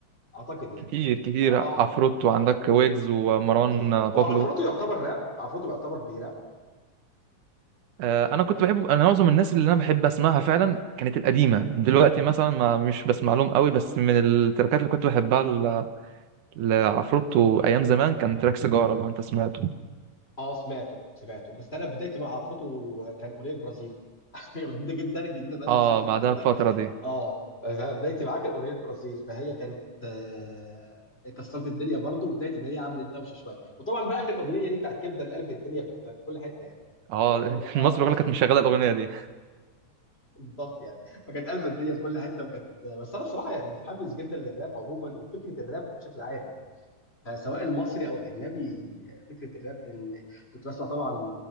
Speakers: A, on the left (about 20°); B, on the right (about 85°).
A: اعتقد يعني
B: كتير كتير
A: اه آه،
B: عفروت وعندك
A: بالظبط
B: ويجز ومروان
A: بالظبط
B: آه، بابلو
A: هو عفروتو يعتبر راب عفروتو يعتبر بيراب
B: آه، انا كنت بحب انا معظم الناس اللي انا بحب اسمعها فعلا كانت القديمه دلوقتي مثلا ما مش بسمع لهم قوي بس من التراكات اللي كنت بحبها ل- لعفروتو ايام زمان كان تراك سيجاره لو انت سمعته
A: اه سمعته سمعته بس انا بدايتي مع عفروتو كان اغنيه برازيل <laughs> هي جديده جدا الجديده بقى لها
B: اه
A: سنتين ثلاثه
B: بعدها بفتره دي
A: اه بدايتي معاك الاغنيه برازيل فهي كانت آه، كسرت الدنيا برضو وبدايه ان هي عملت دوشه شويه وطبعا بقى اخر اغنيه دي بتاعت كبده اللي قلبت الدنيا في في كل حته يعني.
B: اه
A: اللي هي
B: <laughs>
A: ال- اه
B: مصر كلها كانت
A: <laughs>
B: مشغله الاغنيه دي
A: بالظبط يعني فكانت قلبة الدنيا في كل حته وكانت بس انا الصراحه يعني متحمس جدا للراب عموما ولفكره الراب بشكل عام يعني فسواء المصري او الاجنبي فكره الراب لان كنت بسمع طبعا